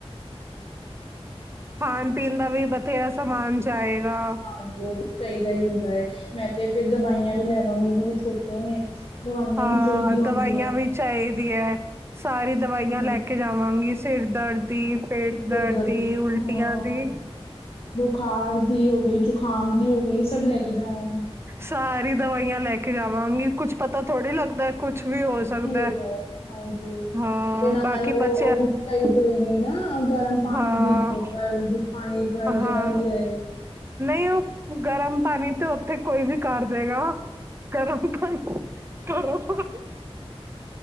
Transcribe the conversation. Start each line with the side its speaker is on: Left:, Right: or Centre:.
Right: ਖਾਣ ਪੀਣ ਦਾ ਵੀ ਬਥੇਰਾ ਸਮਾਨ ਜਾਏਗਾ
Left: ਹਾਂਜੀ ਚਾਹੀਦਾ ਹੀ ਹੁੰਦਾ ਏ ਮੈਂ ਤੇ ਫੇਰ ਦਵਾਈਆਂ ਵੀ ਲੈ ਆਵਾਂਗੀ ਕਿਉਂਕਿ ਛੋਟੇ ਨੇ ਦਵਾਈਆਂ
Right: ਹਾਂ
Left: ਵੀ ਚਾਹੀਦੀਆਂ ਹੁੰਦੀਆਂ
Right: ਦਵਾਈਆਂ
Left: ਹੈ।
Right: ਵੀ ਚਾਹੀਦੀਆਂ ਸਾਰੀ ਦਵਾਈਆਂ
Left: ਹਮ
Right: ਲੈ ਕੇ ਕੇ ਜਾਵਾਂਗੀ ਸਿਰ ਦਰਦ ਦੀ ਪੇਟ
Left: ਸਿਰ
Right: ਦਰਦ ਦੀ ਉਲਟੀਆਂ
Left: ਹਾਂ
Right: ਦੀ
Left: ਬੁਖਾਰ ਦੀ ਹੋ ਗਈ, ਜੁਕਾਮ ਦੀ ਹੋ ਗਈ ਸਭ ਲੈ ਕੇ ਜਾਵਾਂਗੇ
Right: ਸਾਰੀ ਦਵਾਈਆਂ ਲੈ ਕੇ ਜਾਵਾਂਗੀ ਕੁੱਛ ਪਤਾ ਥੋੜ੍ਹੀ ਲੱਗਦਾ ਕੁਛ ਵੀ ਹੋ ਸਕਦਾ
Left: ਕੁਛ ਵੀ ਹੋ ਹੋ
Right: ਹੈ।
Left: ਜਾਏ ਹਾਂਜੀ
Right: ਹਾਂ
Left: ਜੇ ਨਾਲ
Right: ਬਾਕੀ
Left: ਉਹ
Right: ਬੱਚਿਆਂ
Left: ਉਹ ਵੀ ਚਾਹੀਦੀ ਹੋਏਗੀ ਨਾ ਗਰਮ ਪਾਣੀ
Right: ਹਾਂ
Left: ਦੀ ਬੋਤਲ ਜੇ ਪਾਣੀ
Right: ਹਾਂ
Left: ਗਰਮ ਹੀ ਰਹੇ।
Right: ਨਹੀਂ ਉਹ ਗਰਮ ਪਾਣੀ ਤੇ ਉੱਥੇ ਕੋਈ ਵੀ ਕਰ ਦੇਗਾ ਗਰਮ ਪਾਣੀ ਗਰਮ ਪਾਣੀ